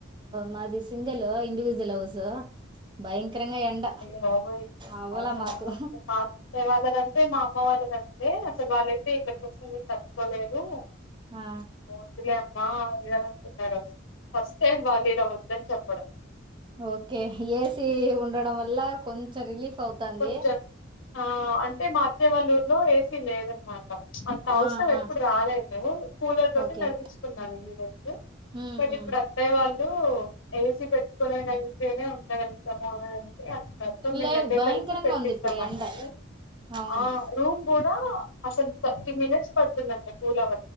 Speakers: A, on the right; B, on the left.
A: మాది సింగల్ ఇండివిజువల్ హౌస్ భయంకరంగా ఎండ
B: బబ
A: అవ్వలా
B: అవునవును
A: మాకు
B: మా వాళ్ళదంటే మా అమ్మ వాళ్ళదంటే అసలు వాళ్ళైతే ఇక్కడికి వస్తే పలేరు
A: ఆ
B: వద్దులే మా ఇారు వస్తుంది ఫస్ట్ టైమ్ బ వాాలిరా మం చప్ప పడ
A: ఓకే ఏసి ఉండడం వల్ల కొంచెం రిలీఫ్ అవుతాంది
B: కొంచెం ఆ అంటే మా అత్తేవాల్లూరులో ఏసీ లేదనమాట అంత అవసరం
A: ఆ ఆ
B: ఎప్పుడు రాలేదు కూలర్ తోటి
A: ఓకే
B: నడిపించుకున్నాను మీడస్
A: ఉమ్
B: బట్
A: ఉమ్
B: ఇప్పుడు అత్తయ వాళ్ళు ఏసీ పెట్టుకునే అయితేనే ఉండగతాము అని అ అ సో మేము
A: లేదు
B: వెందే
A: భయంకరంగా
B: సరి ట్టిస్తాన్నారు
A: ఉంది ఇప్పుడు ఎండ అవును
B: ఆ రూమ్ కూడా అస ర్టీ మినిట్స్ పడుతుంది పూలవ